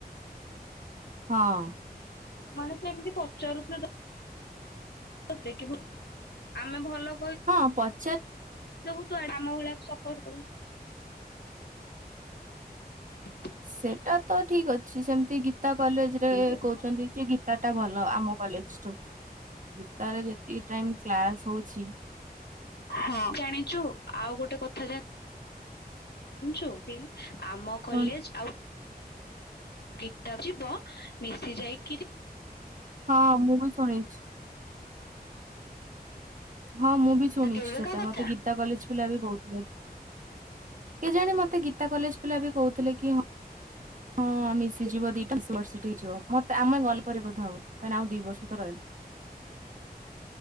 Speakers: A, on the right (about 50°); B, on the left (about 90°).
A: ହଁ।
B: ମାନେ ସେ ଏମିତି ପଚାରୁଥିଲେ ଦେଖିବା ଆମେ ଭଲ
A: ହଁ ପଚ୍
B: ରହୁ ତୁ ଆଡ ଆମ ଭଳିଆ ସଫର କରୁ <inaudible>
A: ସେଟା ତ ଠିକ ଅଛି ସେମିତି ଗିତ୍ ଗୀତା କଲେଜ
B: କରିବୁ
A: ରେ କହୁଛନ୍ତି କି ଗୀତା ଟା ଭଲ ଆମ କଲେଜ ଠୁ ଗୀତାରେ ଯେତିକି ଟାଇମ କ୍ଲାସ ହଉଛି।
B: ହଁ ଜାଣିଛୁ ଆଉ ଗୋଟେ କଥା ଜାଣି ସିଓର୍ କି ଆମ
A: ହଁ
B: କଲେଜ ଆଉ ଗୀତା ଯିବ ମିଶି ଯାଇକି
A: ହଁ ମୁଁ ବି ଶୁଣିଛି। ହଁ ମୁଁ ବି ଶୁଣିଛି
B: କେବେକା
A: ସେଟା
B: କଥା
A: ମତେ ଗୀତା କଲେଜ ପିଲା ବି କହୁଥିଲେ, କେଜାଣି ମତେ ଗୀତା କଲେଜ ପିଲା ବି କହୁଥିଲେ କି ହଁ ମିଶି ଯିବ ଦିଟା ସିଟି ହେଇଯିବ ମତେ ଆମେ ଗଲେ ପରେ ବଧ ହବ କାଇଁନା ଆଉ ଦିଇ ବର୍ଷ ତ ରହିଲା।